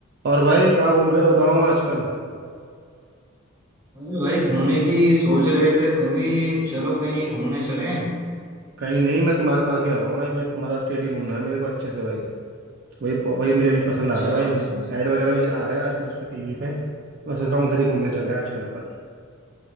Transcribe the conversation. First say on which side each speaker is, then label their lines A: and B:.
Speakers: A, on the right (about 50°); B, on the right (about 15°).
A: और भाई कहाँ घूम रहे हो कहाँ हो आजकल
B: अरे भाई घूमने की सोच रहे थे तुम भी चलो कहीं घूमने चलें
A: कहीं नहीं मैं तुम्हारे पास ही आ रहा हूँ भाई मैं तुम्हारा स्टेट ही घूमना है मेरे को अच्छे से भाई वही वही मुझे अभी पसंद
B: अच्छा
A: आ रहा है भाई
B: अच्छा अच्छा
A: एड वगैरह भी आ रहे हैं आजकल उसको टीवी पे मैं सोच रहा हूँ उधर ही घूमने चले हैं आजकल अपन